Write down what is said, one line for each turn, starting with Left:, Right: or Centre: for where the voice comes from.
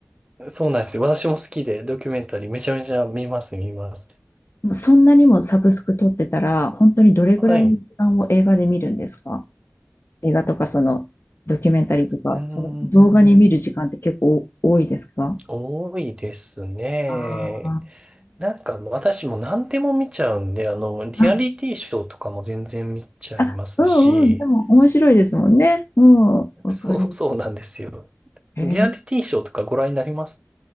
Right: そうなんですよ。私も好きで、ドキュメンタリーめちゃめちゃ見ます、見ます。
Left: そんなにもサブスク撮ってたら、本当にどれぐらいの時間を映画で見るんですか
Right: はい。う
Left: 映画とかそのドキュメンタリーとか、
Right: ーん。
Left: その動画に見る時間って結構多いですか
Right: 多いですね。
Left: あー
Right: なんか、私も何でも見ちゃうんで、あの、リアリティショーとかも全然見ちゃいますし、
Left: あ、あ、うんうん、でも面白いですもんね。うん、わかる。
Right: そう、そうなんですよ。
Left: へえ
Right: リアリティショーとかご覧になります